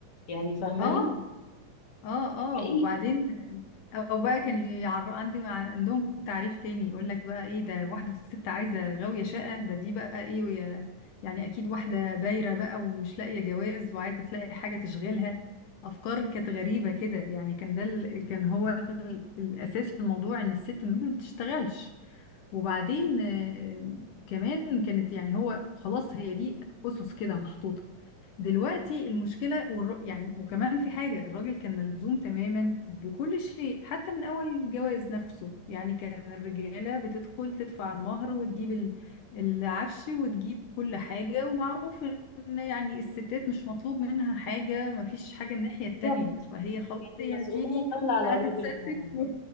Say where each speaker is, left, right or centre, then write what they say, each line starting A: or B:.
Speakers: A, on the left (about 35°); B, on the left (about 75°).
A: يعني فاهماني
B: اه اه
A: حقيقي
B: اه وبعدين او بقى كان يعر... عندي عندهم تعريف تاني يقول لك بقى ايه ده واحده ست عايزه غاويه شقه ده دي بقى ايه ويا... يعني اكيد واحده بايره بقى ومش لاقيه جواز وعايزه تلاقي حاجه تشغلها افكار كانت غريبه كده يعني كان ده ال... كان هو ال... الاساس في الموضوع ان الست ما بتشتغلش وبعدين آه، كمان كانت يعني هو خلاص هي دي اسس كده محطوطه دلوقتي المشكلة والر... يعني وكمان في حاجة الراجل كان ملزوم تماما بكل شيء حتى من أول الجواز نفسه يعني كان الرجالة بتدخل تدفع المهر وتجيب ال- العفش وتجيب كل حاجة ومعروف إن يعني الستات مش مطلوب منها حاجة مفيش حاجة الناحية التانية
A: بالظبط.
B: فهي خلاص
A: كانت المسؤولية
B: هي هتيجي
A: الكاملة على
B: هتتستت
A: الراجل فعلا
B: و...